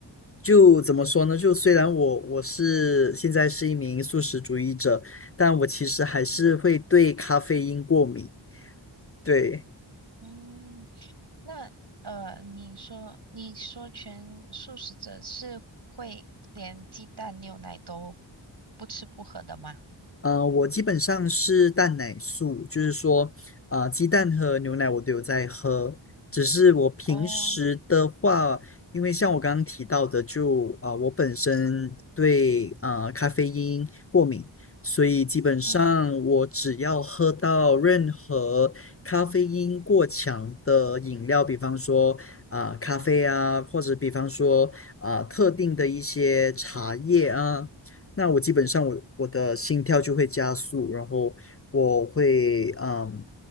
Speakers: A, on the left; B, on the right.
A: 就怎么说呢？就虽然我我是现在是一名素食主义者，但我其实还是会对咖啡因过敏。对。
B: 嗯，那呃，你说你说全素食者是会连鸡蛋、牛奶都不吃不喝的吗？
A: 呃，我基本上是蛋奶素，就是说，呃，鸡蛋和牛奶我都有在喝，只是我平时的话，
B: 哦，
A: 因为像我刚刚提到的就，啊我本身对啊、呃咖啡因过敏，所以基本上我只要喝到任何咖啡因过强的饮料，
B: 嗯。
A: 比方说啊、咖啡啊，或者比方说啊、特定的一些茶叶啊。那我基本上我我的心跳就会加速，然后我会嗯，